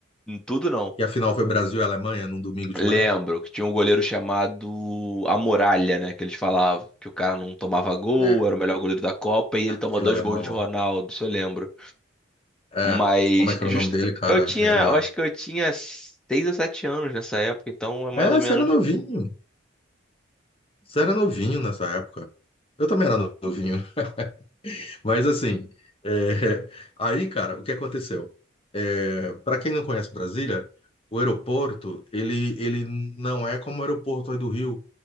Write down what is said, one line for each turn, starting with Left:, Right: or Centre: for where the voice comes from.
Centre: tudo não.
Left: Que a final foi Brasil e Alemanha num domingo de
Centre: Lembro
Left: manhã?
Centre: que tinha um goleiro chamado A Muralha, né? Que eles falavam que o cara não tomava gol,
Left: É,
Centre: era o melhor goleiro da Copa e ele tomou
Left: Aquele
Centre: dois
Left: alemão.
Centre: gols de Ronaldo,
Left: lá.
Centre: isso eu lembro.
Left: É,
Centre: Mas
Left: como é que era
Centre: just...
Left: o nome dele, cara?
Centre: eu tinha,
Left: Era.
Centre: eu acho que eu tinha seis ou sete anos nessa época, então é mais
Left: É, você
Centre: ou menos.
Left: era novinho. Você era novinho nessa época. Eu também era novinho. <laughs> Mas assim, é, aí, cara, o que aconteceu? É, para quem não conhece Brasília, o aeroporto, ele, ele não é como o aeroporto aí do Rio,